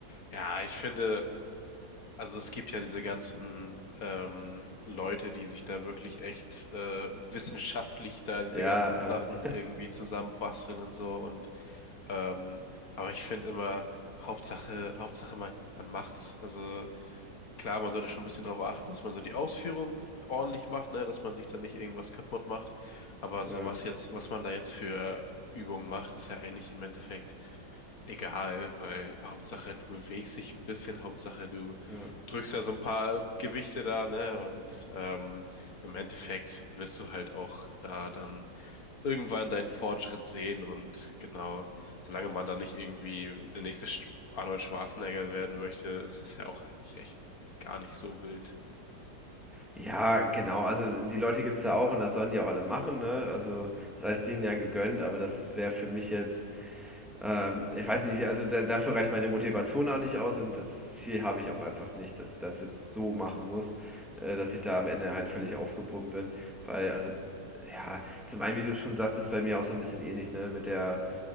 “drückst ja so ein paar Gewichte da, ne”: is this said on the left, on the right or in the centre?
Left